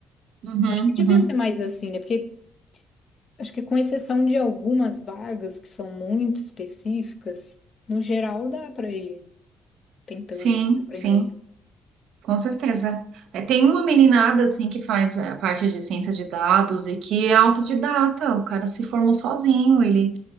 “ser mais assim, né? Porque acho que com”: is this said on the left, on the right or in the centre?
Left